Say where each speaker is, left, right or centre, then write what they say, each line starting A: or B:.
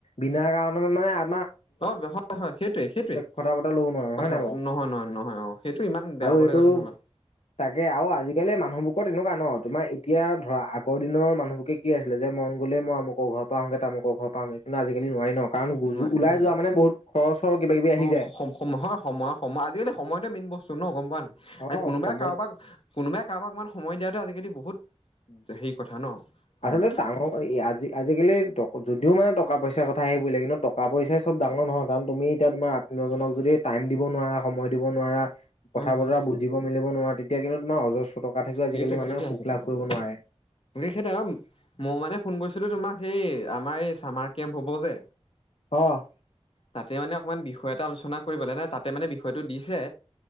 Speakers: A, on the left (about 80°); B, on the left (about 55°).
A: বিনা কাৰণত মানে আ
B: অ' হয় হয়, সেইটোৱে সেইটোৱে
A: কথা বতৰা ল'ব নোৱাৰো
B: কথা
A: হয় নাই বাৰু
B: নহয় নহয় নহয় অ' সেইটো ইমান বেয়া
A: আৰু
B: পাবলৈ
A: এইটো
B: কথা নহয়।
A: তাকে আৰু আজিকালি মানুহবোৰ তেনেকুৱা ন, তোমাৰ এতিয়া ধৰা আগৰ দিনৰ মানুহহকে কি আছিলে যে মন গলেই মই আমুকৰ ঘৰৰ পৰা আহোঁগে তামুকৰ ঘৰৰ পৰা আহোঁগে। কিন্তু আজিকালি নোৱাৰি ন, কাৰণ গুৰজু
B: নোৱাৰি
A: ওলাই
B: নোৱাৰি
A: যোৱা মানে বহুত খৰচৰ কিবা-কিবি আহি
B: অ
A: যায়।
B: সম সম হয় সময় সময় আজিকালি সময়তে মেইন বস্তু ন, গম পোৱা নাই?
A: অ
B: আৰু কোনোবাই
A: সময়ত
B: কাৰোবাক কোনোবাই কাৰোবাক ইমান সময় দিয়াটোৱে আজিকালি বহুত হেৰি কথা ন। প্ৰথম
A: আচলতে
B: কথা
A: ডাঙৰ
B: হয়
A: এ আজি আজিকালি যদিও মানে টকা -ইচাৰ কথা আহি পৰিলে। কিন্তু, টকা-পইচাই চব ডাঙৰ নহয়। কাৰণ তুমি এতিয়া তোমাৰ আত্মীয় জনক যদি টাইম দিব নোৱাৰা সময় দিব নোৱাৰা। কথা
B: হয়
A: বতৰা বুজিব মেলিব নোৱাৰা, তেতিয়া কিন্তু তোমাৰ অজস্ৰ টকা থাকিও আজিকালি
B: সেইটোৱে
A: মানুহে
B: সেইটোৱে আচলতে
A: সুখ লাভ
B: কথাটো
A: কৰিব নোৱাৰে।
B: <unintelligible> মই মানে ফোন কৰিছিলোঁ তোমাক সেই আমাৰ এই চামাৰ কেম্প হ'ব যে।
A: অহ'।
B: তাতে মানে অকমান বিষয় এটা আলোচনা কৰিব লাগে, নহয় তাতে মানে বিষয়টো দিছে।